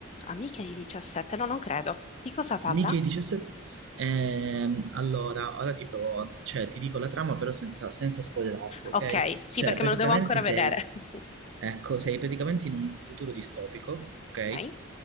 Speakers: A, on the left; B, on the right.
A: Amiche di 17, no, non credo. Di cosa parla?
B: Mica i 17. Ehm, allora, ora ti provo, cioè ti dico la trama però senza, senza spoilerarti, ok?
A: Ok, sì,
B: Cioè
A: perché
B: praticamente
A: me lo devo ancora
B: sei,
A: vedere. <laughs>
B: ecco, sei praticamente in un futuro distopico, ok?
A: Ok,